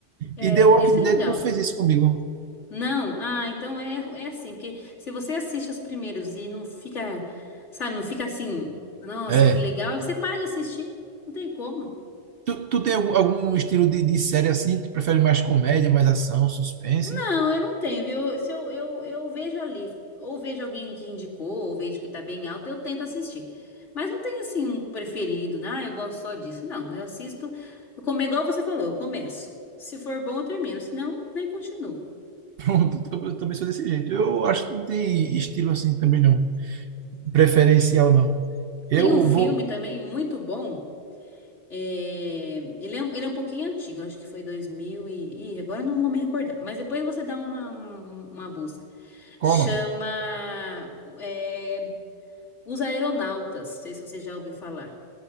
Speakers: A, on the left (about 90°); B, on the right (about 60°).
A: É,
B: E The Walking
A: isso é legal.
B: Dead não fez isso comigo.
A: Não, ah, então é, é assim, porque se você assiste os primeiros e não fica, sabe, não fica assim, nossa,
B: É.
A: que legal, você para de assistir, não tem como.
B: Tu, tu tem algum, algum estilo de, de série assim? Tu prefere mais comédia, mais ação, suspense?
A: Não, eu não tenho, viu? Se eu, eu, eu vejo ali, ou vejo alguém que indicou, ou vejo que tá bem alto, eu tento assistir. Mas não tem assim um preferido, né? Ah, eu gosto só disso. Não, eu assisto, eu como igual você falou, eu começo. Se for bom, eu termino, se não, nem continuo.
B: Pronto, eu também sou desse jeito. Eu acho que não tem estilo assim também não. Preferencial não. Eu
A: Tem um filme
B: vou.
A: também muito bom. É, ele é, um- ele é um pouquinho antigo, acho que foi 2000 e, ih, agora eu não vou me recordar, mas depois você dá uma, um- uma busca.
B: Qual
A: Chama,
B: o nome?
A: é, Os Aeronautas, não sei se você já ouviu falar.